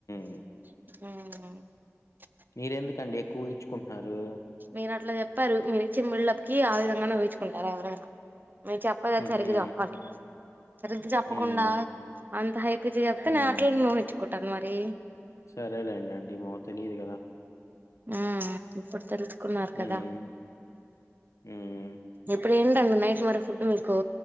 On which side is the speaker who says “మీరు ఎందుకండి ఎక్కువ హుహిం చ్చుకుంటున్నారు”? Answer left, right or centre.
Left